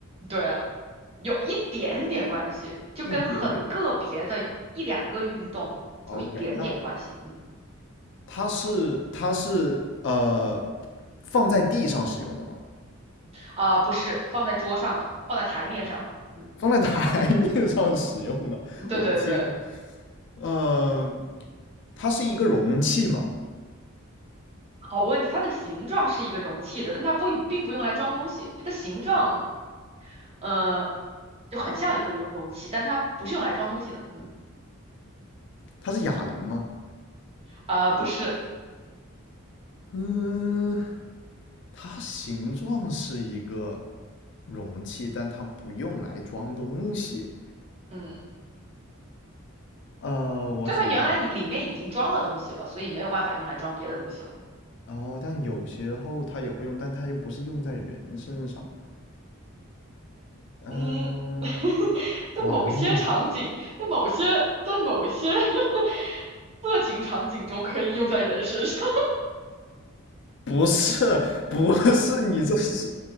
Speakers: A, on the right; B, on the left.
A: 对。有一点点关系，就跟很个别的一两个运动有一点点关系。
B: 一点点。OK，那
A: 嗯，
B: 它是它是呃放在地上使用的吗？
A: 啊、不是，放在桌上的，放在台面上的。嗯，
B: 放在台 <laughs> 面上使用的？
A: 对对对，
B: 我的天呐，呃，它是一个容器吗？
A: 好问题。它的形状是一个容器的，但它不并不用来装东西。它的形状，呃，就很像一个容容器，但它不是用来装东西的。嗯，
B: 它是哑铃吗？
A: 啊，不是，
B: 嗯，它形状是一个容器，但它不用来装东西。
A: 嗯，
B: 呃，我想一想。
A: 就它原来里里面已经装了东西了，所以没有办法用来装别的东西了。
B: 哦，但有些后他也会用，但他又不是用在人身上。嗯、
A: 嗯，<laughs> 在某些场景，
B: 完了呀！
A: 在某些在某些 <laughs> 色情场景中可以用在人身上。
B: 不是，不是你这是，